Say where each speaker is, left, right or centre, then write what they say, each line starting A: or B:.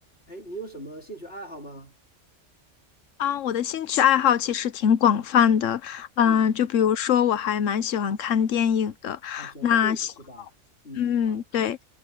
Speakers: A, on the left; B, on the left.
A: 哎，你有什么兴趣爱好吗？
B: 啊，我的兴趣爱好其实挺广泛的，嗯、
A: 嗯，
B: 就比如说我还蛮喜欢看电影的，
A: 好，喜欢看电影是吧？
B: 那喜，
A: 嗯，
B: 嗯，
A: 好，
B: 对，